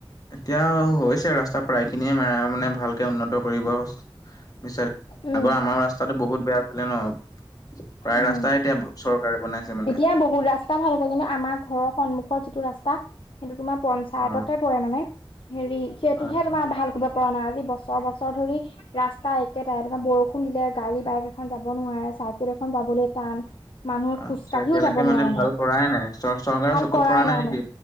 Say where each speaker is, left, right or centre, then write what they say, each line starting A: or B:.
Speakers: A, on the left (about 40°); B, on the left (about 65°).
A: এতিয়া হৈছে ৰাস্তা প্ৰায় খিনিয়েই, ম মানে ভালকে উন্নত কৰি বিচা <unintelligible>
B: উম
A: আগৰ আমাৰ ৰাস্তাটো বহুত বেয়া আছিলে ন'। প্ৰায়
B: উম
A: ৰাস্তাই এতিয়া চৰকাৰে বনাইছে। মানে
B: এতিয়া বহুত ৰাস্তা ভাল কৰিলে, কিন্তু আমাৰ ঘৰৰ সন্মুখৰ যিটো ৰাস্তা, সেইটো তোমাৰ পঞ্চায়ততেই
A: অ
B: পৰে মানে, হেৰি, সেইটোহে
A: হয় হয়
B: তোমাৰ ভাল কিবা পুৰণা, আজি বছৰ বছৰ ধৰি ৰাস্তা একেটাই, মানে বৰষুণ দিলে গাড়ী বাইক এখন যাব নোৱাৰে। চাইকেল এখন যাবলৈ টান। মানুহ
A: আচ্ছা,
B: খোজকাঢ়িও
A: এতিয়ালৈকে
B: যাব নোৱাৰে
A: মানে ভাল কৰাই নাই, চ চৰকাৰৰ
B: ভাল
A: চকুত
B: কৰাই
A: পৰা নাই
B: মানে
A: নেকি?